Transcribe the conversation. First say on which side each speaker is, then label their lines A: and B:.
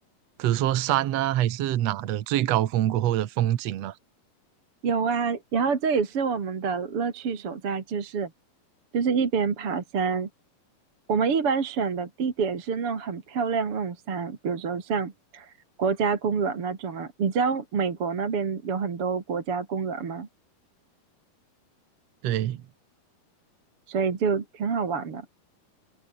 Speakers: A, on the right (about 75°); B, on the right (about 40°).
A: 比如说山啊，还是哪的最高峰过后的风景吗？
B: 有啊，然后这也是我们的乐趣所在，就是就是一边爬山，我们一般选的地点是那种很漂亮那种山，比如说像国家公园那种啊。你知道美国那边有很多国家公园吗？
A: 对，
B: 所以就挺好玩的。